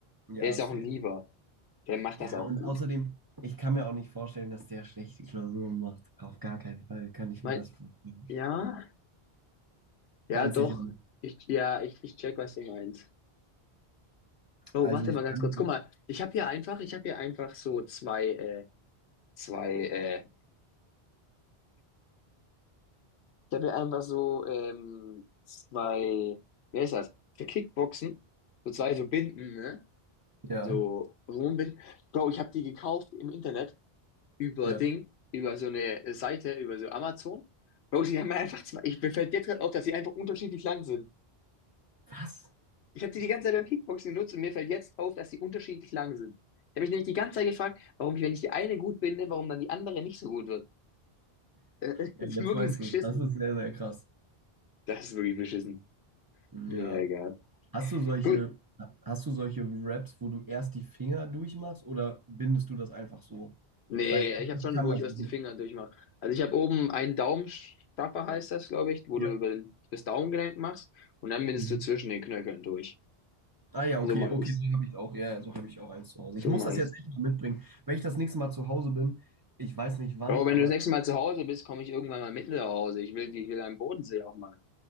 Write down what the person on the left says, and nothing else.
Der ist
auch ein Lieber. Der macht
das auch
gut.
Mein,
ja, ja,
doch.
Ich, ja, ich, ich check, was du meinst. Oh,
warte
mal ganz
kurz. Guck mal, ich habe hier einfach, ich habe hier einfach so zwei, äh, zwei, äh, ich habe hier einfach so ähm, zwei, wer ist das? Für Kickboxen, so zwei so Binden, ne?
So Rumbinden. Bro, ich habe die gekauft im Internet über
Ding, über so eine Seite, über so Amazon. Bro, die haben mir einfach zwei. Ich mir fällt jetzt gerade auf, dass sie einfach unterschiedlich lang sind.
Ich habe die die ganze Zeit beim Kickboxen genutzt und mir fällt jetzt auf, dass sie unterschiedlich lang sind. Ich habe mich nämlich die ganze Zeit gefragt, warum ich, wenn ich die eine gut binde, warum dann die andere nicht so gut wird. Äh, <laughs>
Das
ist wirklich
beschissen.
Das ist wirklich beschissen.
Ja, egal.
Gut.
Nee,
ich habe schon,
wo
ich erst
die Finger durchmache. Also ich habe oben einen Daumenstrapper, heißt das, glaube ich, wo
du über den, das Daumengelenk machst und dann bindest
du zwischen den Knöcheln durch.
So
mache
ich's.
So
mache
ich's.
Bro,
wenn du das nächste Mal zu Hause bist, komme ich irgendwann mal mit nach Hause. Ich will, die- ich will einen Bodensee auch mal.